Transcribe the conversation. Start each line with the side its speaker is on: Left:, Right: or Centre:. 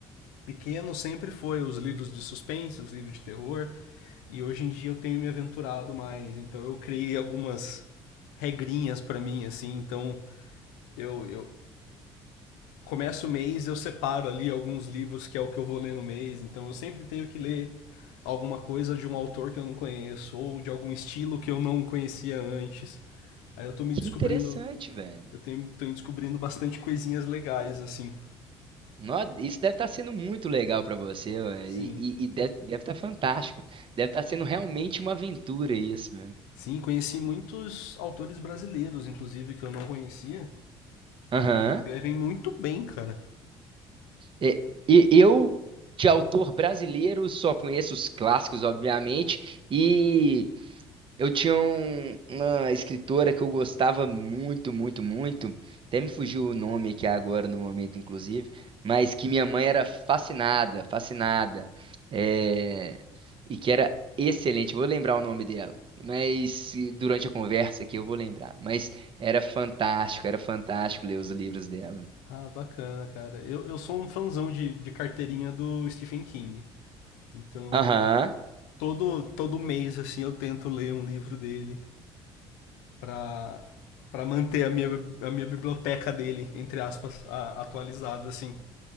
Left: pequeno, sempre foi os livros de suspense, os livros de terror. E hoje em dia eu tenho me aventurado mais. Então eu criei algumas regrinhas para mim, assim. Então eu, eu começo o mês, eu separo ali alguns livros que é o que eu vou ler no mês. Então eu sempre tenho que ler alguma coisa de um autor que eu não conheço ou de algum estilo que eu não conhecia antes. Aí eu tô me
Right: Que
Left: descobrindo
Right: interessante, velho.
Left: Eu tenho, tenho descobrindo bastante coisinhas legais, assim.
Right: Nó- Isso deve estar sendo muito legal para você, mano.
Left: Sim.
Right: E, e- e deve, estar fantástico. Deve estar sendo realmente uma aventura isso, mano.
Left: Sim, conheci muitos autores brasileiros, inclusive, que eu não conhecia.
Right: Aham.
Left: Escrevem muito bem, cara.
Right: E, e eu, de autor brasileiro, só conheço os clássicos, obviamente, e Eu tinha um- uma escritora que eu gostava muito, muito, muito. Até me fugiu o nome aqui agora no momento, inclusive, mas que minha mãe era fascinada, fascinada. é, e que era excelente. Vou lembrar o nome dela. Mas se- durante a conversa aqui eu vou lembrar. Mas era fantástico, era fantástico ler os livros dela.
Left: Ah, bacana, cara. Eu, eu sou um fãzão de, de carteirinha do Stephen King. Então,
Right: Aham,
Left: todo, todo mês, assim, eu tento ler um livro dele pra, pra manter a minha, a minha biblioteca dele, entre aspas, a- atualizada, assim.